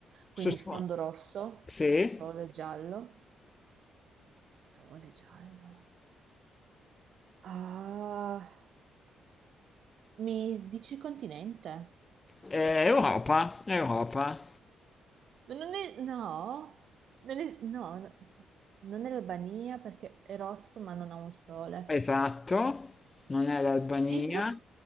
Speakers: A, on the right; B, on the left.
A: quindi
B: su sfo-
A: sfondo rosso,
B: sì,
A: sole giallo. Sole giallo. Ah, mi dici continente?
B: è Europa, è Europa.
A: Ma Non è, no, non è, no, no, non è l'Albania perché è rosso ma non ha un sole.
B: Esatto, non è l'Albania.
A: Cipro?